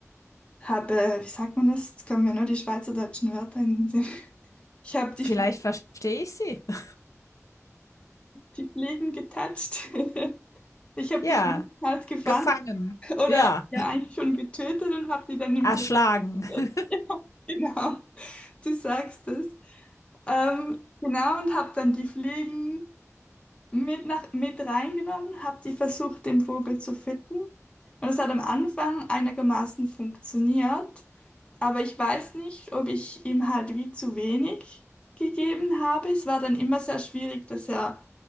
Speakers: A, on the left; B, on the left.
A: hab, äh, wie sagt man das? Jetzt kommen mir nur die schweizerdeutschen Wörter in den Sinn. Ich habe die,
B: vielleicht
A: Flie-
B: verstehe ich sie. <laughs>
A: die Fliegen getatscht. <laughs> Ich habe
B: Ja,
A: die Fliegen halt gefangen
B: gefangen.
A: oder
B: Ja.
A: ja eigentlich schon getötet und habe die dann im
B: erschlagen.
A: Flugzeug. <laughs>
B: <laughs>
A: Ja, genau. Du sagst es. Ähm, genau, und habe dann die Fliegen mit, nach, mit reingenommen, habe die versucht, den Vogel zu fitten. Und es hat am Anfang einigermaßen funktioniert. Aber ich weiß nicht, ob ich ihm halt wie zu wenig gegeben habe. Es war dann immer sehr schwierig, dass er